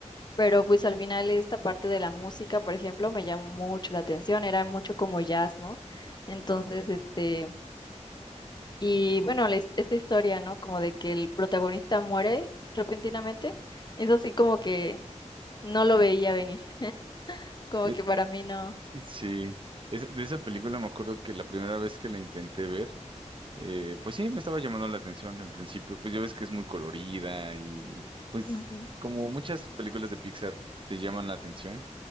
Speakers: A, on the left (about 35°); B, on the right (about 45°).
A: pero pues al final esta parte de la música, por ejemplo, me llamó mucho la atención, era mucho como jazz, ¿no? Entonces, este, y bueno, la his- esta historia, ¿no? Como de que el protagonista muere repentinamente, eso sí como que... No lo veía venir, como
B: Eh,
A: que para mí no.
B: sí, es, de esa película me acuerdo que la primera vez que la intenté ver, eh, pues sí, me estaba llamando la atención al principio. Pues ya ves que es muy colorida y pues
A: Ujú.
B: como muchas películas de Pixar te llaman la atención.